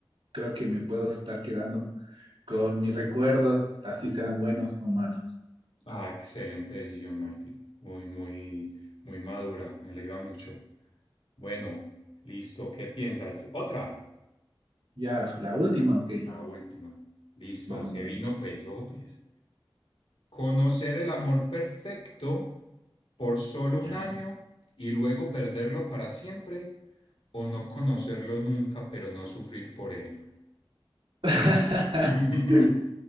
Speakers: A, on the right (about 75°); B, on the left (about 85°).
A: creo que me puedo estar quedando con mis recuerdos, así sean buenos o malos.
B: Ah, excelente decisión, Martí. Muy, muy, muy madura. Me alegra mucho. Bueno, listo. ¿Qué piensas? Otra.
A: Ya, la última, ok.
B: La última. Listo.
A: Vamos
B: Se vino,
A: ahí,
B: pues. Ojo, pues. Conocer el amor perfecto por solo un
A: ya.
B: año y luego perderlo para siempre o no conocerlo nunca, pero no sufrir por él.
A: <laughs>
B: <laughs>